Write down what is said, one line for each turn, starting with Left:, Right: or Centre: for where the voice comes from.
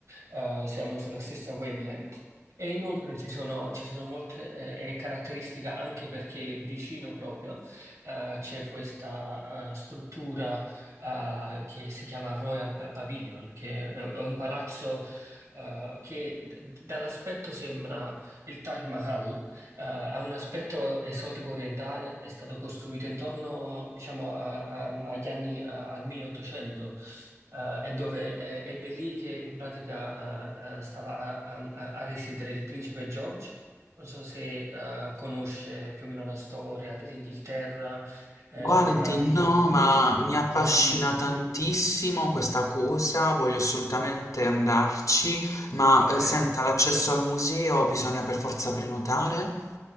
Right: Eh, siamo sulla stessa wavelength. E inoltre ci sono, ci sono molte eh, caratteristiche anche perché vicino proprio eh, c'è questa eh, struttura eh, che si chiama Royal Pa- Pavilion, che è è un palazzo eh, che d- dall'aspetto sembra il Taj Mahal, eh, ha un aspetto esotico orientale, è stato costruito intorno, diciamo, a- a- agli anni, eh, al 1800 eh, è dove, eh, ed è lì che in pratica eh, eh, stava a, a- a- a risiedere il principe George. Non so se eh, conosce più o meno la storia dell'Inghilterra, eh,
Left: Guardi,
Right: dei vari
Left: no,
Right: principi.
Left: ma mi affascina
Right: Mm,
Left: tantissimo questa cosa, voglio assolutamente andarci, ma
Right: ok.
Left: eh, senta, l'accesso al museo bisogna per forza prenotare?